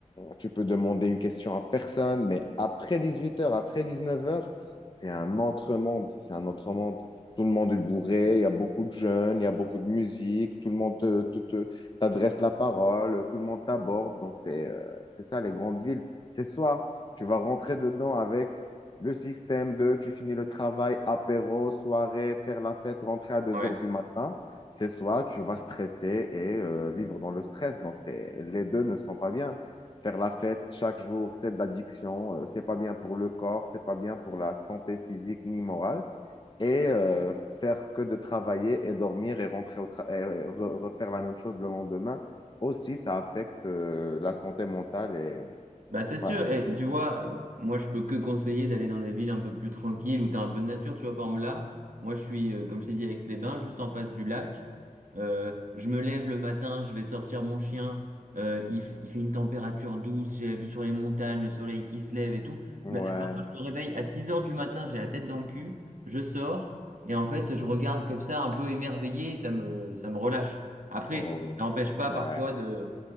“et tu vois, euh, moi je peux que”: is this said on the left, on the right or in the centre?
Right